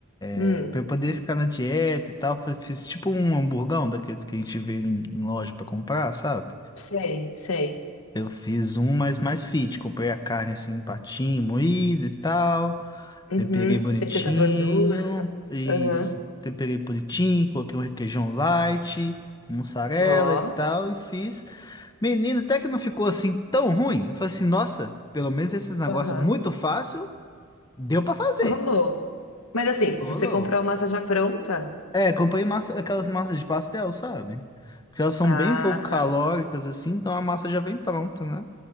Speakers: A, on the left; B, on the left.
A: Hum,
B: É, Pra eu poder ficar na dieta e tal, fa- fiz tipo um hamburgão daqueles que a gente vê em, em loja pra comprar, sabe?
A: sei, sei.
B: Eu fiz um, mas mais fit. Comprei a carne assim, em patinho, moído e tal.
A: Uhum,
B: Temperei bonitinho.
A: sem tanta gordura. pá.
B: Isso.
A: Aham,
B: Temperei bonitinho, coloquei um requeijão light, mussarela
A: ó.
B: e tal, e fiz. Menino, até que não ficou assim tão ruim. Eu falei assim, nossa, pelo menos esses negócios
A: Aham.
B: muito fácil, deu pra fazer.
A: Rolou. Mas assim, você
B: Rolou.
A: comprou a massa já pronta?
B: É, comprei massa, aquelas massas de pastel, sabe? Porque elas são
A: Ah,
B: bem pouco calóricas,
A: tá.
B: assim, então a massa já vem pronta, né?